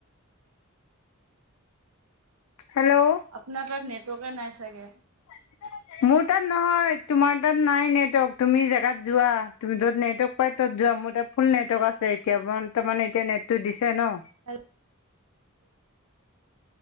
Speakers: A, on the left; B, on the right.
A: hello
B: আপোনাৰ তাত নেটৱৰ্কে নাই চাগে।
A: <inaudible> মোৰ তাত নহয় তোমাৰ তাত নাই নেটৱৰ্ক তুমি জোগাত যোৱা তুমি য'ত নেটৱৰ্ক তাত যোৱা মোৰ তাত ফুল নেটৱৰ্ক আছে এতিয়া তাৰ মানে এতিয়া নেটটো দিছে ন'
B: হেল্ল